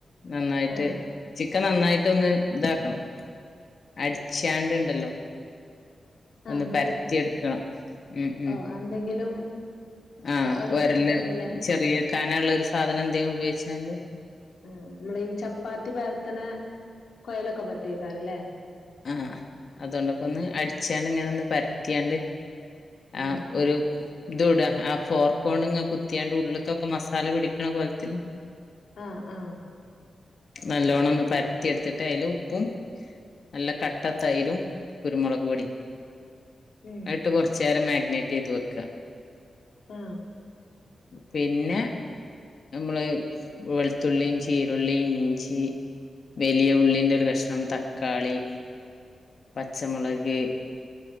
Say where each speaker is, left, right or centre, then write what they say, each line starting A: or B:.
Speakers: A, on the left; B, on the left.
A: നന്നായിട്ട്
B: ആഹ്
A: ചി ഒക്കെ നന്നായിട്ട് ഒന്ന് ഇതാക്കണം അടിച്ചാണ്ട് ഇണ്ടല്ലോ.
B: ആഹ്
A: ഒന്ന്
B: നമ്മള്
A: പരത്തി എടുക്കണം ഉ ഉ.
B: ഓ എന്തെങ്കിലും
A: ആ
B: വ ഒരു
A: ഉരല്
B: ഇതുണ്ടല്ലേ
A: ചെറിയ കനള്ള ഒരു സാധനം എന്തേലും ഉപയോഗിച്ചാ ണ്ട്.
B: ആ നമ്മളെ ഈ ചപ്പാത്തി പരത്തന കൊയലൊക്കെ പറ്റെക്കാരല്ലേ.
A: ആ അതോണ്ടൊക്കെ ഒന്ന് അടിച്ചാണ്ട് ഇങ്ങനെ ഒന്ന് പരത്തിയാണ്ട്. ആ
B: ഉം
A: ഒരു. ഇതുംട ആ ഫോർക്കോൺണ്ട് ഇങ്ങ കുത്തിയാണ്ട് ഉള്ളിക്കൊക്കെ മസാല പിടിക്ക്ണ കോലത്തില്
B: ആ ആ.
A: നല്ലോണ്ണം ഒന്ന് പരത്തി എടുത്തിട്ട് അതില് ഉപ്പും നല്ല കട്ട തൈരും കുരുമുളക് പൊടിം
B: ഉം
A: ആയിട്ട് കുറച്ചു നേരം മ <unintelligible> നേറ്റ് ചെയ്ത് വെക്ക.
B: ആ.
A: പിന്നെ. നമ്മള് വെളുത്തുള്ളിം ചീരുള്ളി ഇഞ്ചി വലിയ ഉള്ളിന്റെ ഒരു കഷ്ണം തക്കാളി. പച്ചമുളകെ.